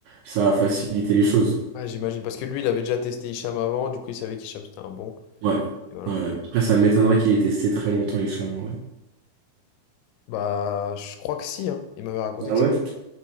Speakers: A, on the right; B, on the left.
A: ça a facilité les choses.
B: Ouais, j'imagine. Parce que lui, il avait déjà testé Hicham avant, du coup, il savait qu'Hicham, c'était un bon.
A: Ouais.
B: Et voilà.
A: Ouais. ouais. Après, ça m'étonnerait qu'il ait testé très longtemps, Hicham, en vrai.
B: Bah, je crois que si, hein. Il m'avait raconté
A: Ah
B: que
A: ouais?
B: si.